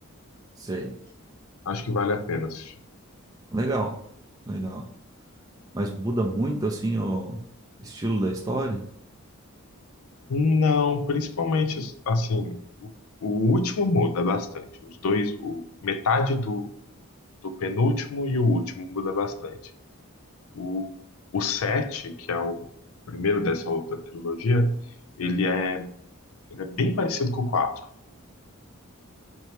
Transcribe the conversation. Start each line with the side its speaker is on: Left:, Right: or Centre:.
Right: Sei.
Left: Acho que vale a pena assistir.
Right: Legal, legal. Mas muda muito, assim, o estilo da história,
Left: Não, principalmente, assim, o, o último muda bastante. Os dois, o, metade do, do penúltimo e o último muda bastante. O, o 7, que é o primeiro dessa outra trilogia, ele é, ele é bem parecido com o quatro